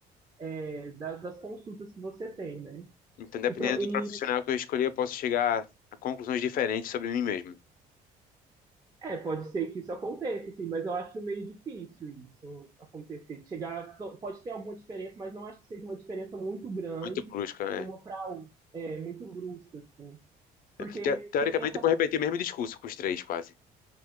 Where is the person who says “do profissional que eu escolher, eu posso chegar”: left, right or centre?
Left